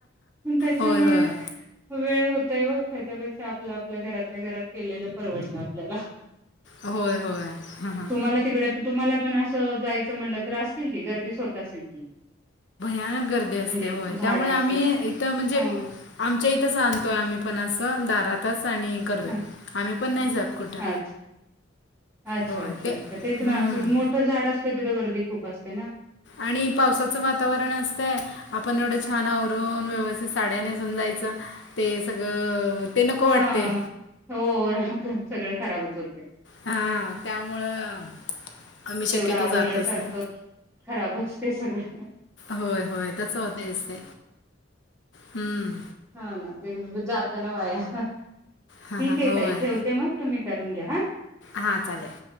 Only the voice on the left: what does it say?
होय होय
होय होय हां हां
भयानक गर्दी असते
होय
त्यामुळे
आम्ही इथ म्हणजे.
आमच्या इथंच आणतोय आम्ही पण असं दारातच आणि करू
आम्ही पण नाही जात कुठं
होय
ते
हं.
आणि पावसाचं वातावरण असतय आपण एवढं छान आवरून व्यवस्थित साड्या न समजायचं ते सगळं ते नको
वाटते
हां त्यामुळं आम्ही शक्यतो
जातच नाही
होय होय तच होतेच ते हम्म
हां हां
होय
हां चालेल